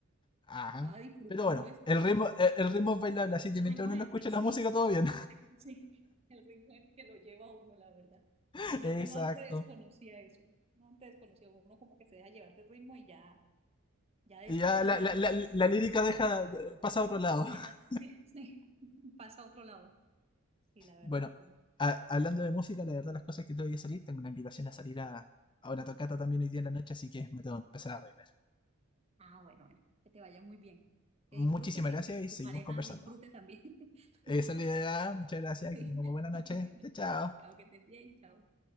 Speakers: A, on the left; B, on the right.
A: ajá.
B: Estaba disfrutando
A: Pero bueno,
B: esto.
A: el ritmo, el, el ritmo es bailable, así que
B: El
A: mientras
B: ritmo
A: uno
B: es
A: no
B: el
A: escuche
B: que, sí,
A: la música, todo bien.
B: sí, el ritmo es el que lo lleva a uno, la verdad.
A: <laughs>
B: Uno,
A: Exacto.
B: uno antes desconocía eso, uno antes desconocía, uno como que se deja llevar del ritmo y ya, ya después
A: Y ya
B: cuando
A: la,
B: escucha
A: la- la-
B: la
A: la
B: letra,
A: lírica deja, pasa a otro lado.
B: deja,
A: <laughs>
B: sí, sí, <laughs> pasa a otro lado. Sí, la verdad,
A: Bueno,
B: sí.
A: a- hablando de música, la verdad las cosas que tengo que salir, tengo una invitación a salir a, a una tocata también hoy día en la noche, así que me tengo que empezar a arreglar.
B: Ah, bueno, bueno, que te vaya muy bien, que
A: Muchísimas
B: disfrutes y
A: gracias
B: que
A: y seguimos
B: tu pareja
A: conversando.
B: disfrute también.
A: Esa
B: <laughs>
A: es la idea, muchas gracias,
B: Sí,
A: que tengamos buena noche.
B: <laughs> bueno,
A: Chao, chao.
B: chao, que estés bien, chao.